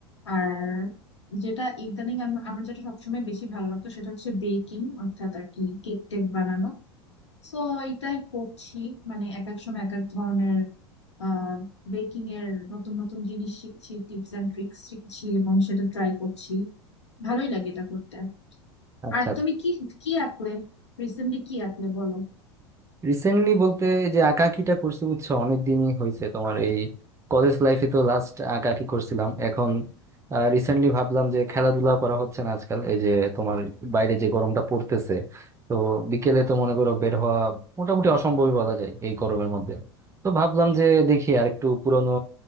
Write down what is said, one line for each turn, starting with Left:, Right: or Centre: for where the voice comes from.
Left: আর যেটা ইদানিং আম- আমার যেটা সবসময় বেশি ভালো লাগতো সেটা হচ্ছে বেকিং অর্থাৎ আর কি কেক টেক বানানো সো এটাই করছি মানে এক এক সময় এক এক ধরনের আহ বেকিং এর নতুন নতুন জিনিস শিখছি টিপস এন্ড ট্রিক্স শিখছি এবং সেটা ট্রাই করছি ভালোই লাগে এটা করতে
Right: আচ্ছা
Left: আর তুমি কি কি আঁকলে রিসেন্টলি কি আঁকলে বলো
Right: রিসেন্টলি বলতে যে আঁকাআঁকিটা করছি বুঝছো অনেক দিনই হয়েছে তোমার এই কলেজ লাইফে তো লাস্ট আঁকাআঁকি করছিলাম এখন রিসেন্টলি ভাবলাম যে খেলাধুলা করা হচ্ছে না আজকাল এই যে তোমার বাইরে যে গরমটা পড়তেছে তো বিকেলে তো মনে করো বের হওয়া মোটামুটি অসম্ভবই বলা যায় এই গরমের মধ্যে তো ভাবলাম যে দেখি আর একটু পুরনো